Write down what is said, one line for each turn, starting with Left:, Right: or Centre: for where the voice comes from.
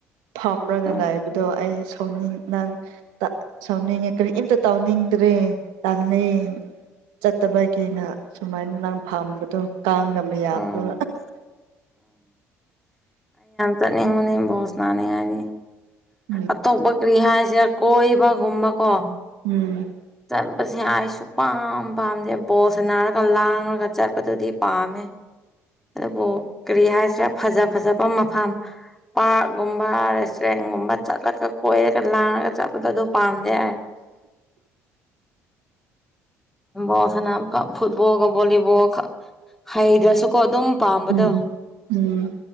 Right: ꯐꯝꯔꯒ
Centre: ꯎꯝ
Right: ꯂꯩꯕꯗꯣ ꯑꯩ ꯁꯅꯤꯡ ꯅ ꯁꯥꯎꯅꯤꯡꯉꯦ ꯀꯔꯤ ꯏꯝꯇ ꯇꯥꯎꯅꯤꯡꯗ꯭ꯔꯦ ꯇꯥꯜꯂꯤ ꯆꯠꯇꯕꯒꯤꯅ ꯁꯨꯃꯥꯏꯅ ꯅꯪ ꯐꯥꯝꯕꯗꯣ ꯇꯥꯡꯉꯝꯕ ꯍꯥꯕ
Centre: ꯎꯝ ꯆꯠꯅꯤꯡꯕꯅꯤ ꯕꯣꯁ ꯅꯥꯅꯤꯡꯉꯥꯏꯗꯤ
Right: ꯎꯝ
Centre: ꯑꯇꯣꯞꯄ ꯔꯤꯍꯁꯦ ꯀꯣꯏꯕꯒꯨꯝꯕꯀꯣ
Right: ꯎꯝ
Centre: ꯆꯠꯄꯁꯦ ꯑꯩꯁꯨ ꯄꯥꯝ ꯄꯥꯝꯖꯦ ꯕꯣꯜꯁꯅꯥꯔꯒ ꯂꯥꯡꯂꯒ ꯆꯠꯄꯗꯨꯗꯤ ꯄꯥꯝꯃꯦ ꯑꯗꯨꯕꯨ ꯀꯔꯤ ꯍꯥꯏꯁꯤ꯭ꯔꯦ ꯐꯖ ꯐꯖꯕ ꯃꯐꯝ ꯄꯥꯔꯛꯒꯨꯝꯕ ꯔꯦꯁꯇꯨꯔꯦꯟꯒꯨꯝꯕ ꯆꯠꯂꯒ ꯀꯣꯏꯔꯒ ꯂꯥꯡꯉꯒ ꯆꯠꯄꯗꯣ ꯑꯗꯨ ꯄꯥ ꯌꯥ ꯣ ꯁꯅꯥ ꯐꯨꯠꯕꯣꯜꯒ ꯚꯣꯂꯤꯕꯣꯜꯒ ꯍꯩꯗ꯭ꯔꯁꯨꯀꯣ ꯑꯗꯨꯝ ꯄꯥꯝꯕꯗꯣ
Right: ꯎꯝ ꯎꯝ